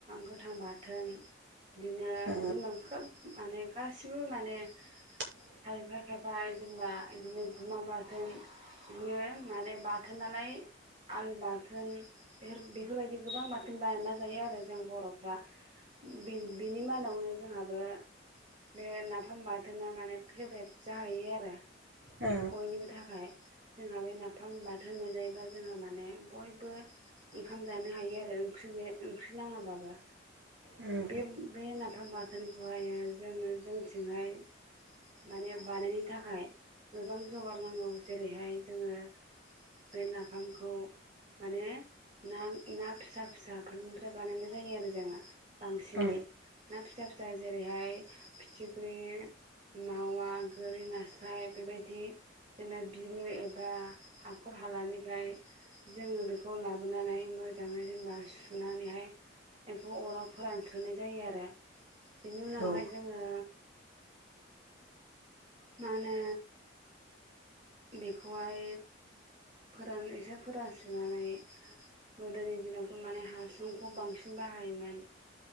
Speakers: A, on the right; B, on the right.
A: गोथां बाथोन बिदिनो
B: ओ
A: जेनेबा खोब माने गासिबो माने
B: <inaudible>
A: खायफा खायफा जेनेबा इदिनो गुमा बाथोन बिनो माने बाथोन नालाय आलु बाथोन बेफोर बेफोरबायदि गोबां बाथोन बानायना जायो आरो जों बर'फ्रा बि बिनि मादावनो जोंहाबो बे नाफाम बा थोना माने फेबेट जाहैयो आरो
B: ओ
A: बयनिबो थाखाय जोंहा बे नाफाम बाथोन मोनजायो अब्ला जोंहा माने बयबो ओंखाम जानो हायो आरो ओंख्रि ओंख्रि नाङाबाबो
B: उम
A: बे बे नाफाम बाथोनखौहायो जोङो जोंथिंहाय माने बानायनो थाखाय गोबां जगार नांगौ जेरैहाय जोङो बे नाफामखौ माने ना ना फिसा फिसाफोरनिफ्राय बानायनाय जायो आरो जोहा बांसिनै
B: उम
A: ना फिसा फिसा जेरैहाय फिथिख्रि मावा गोरि नास्राय बेबायदि जेनबा बिलु एबा हाखर हालानिफ्राय जोङो बेखौ लाबोनानै मोजाङै जेनेबा सुनानैहाय बेखौ अराव फोरानस्रोनाय जायो आरो बेनि उनावहाय
B: औ ओ उम औ
A: जोङो मा होनो बेखौहाय फोरान एसे फोरानस्रिनानै गोदोनि दिनावथ' माने हासंखौ बांसिन बाहायोमोन